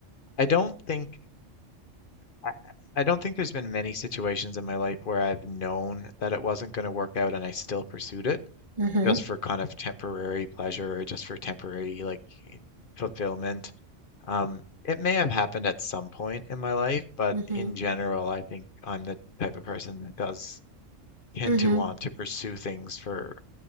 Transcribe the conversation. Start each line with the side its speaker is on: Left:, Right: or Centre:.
Left: I don't think I I don't think there's been many situations in my life where I've known that it wasn't going to work out and I still pursued it.
Right: Mm-hmm.
Left: just for kind of temporary pleasure or just for temporary like fulfillment. Um, it may have happened at some point in my life, but
Right: Mm-hmm.
Left: in general, I think I'm the type of person that does tend
Right: Mm-hmm.
Left: to want to pursue things for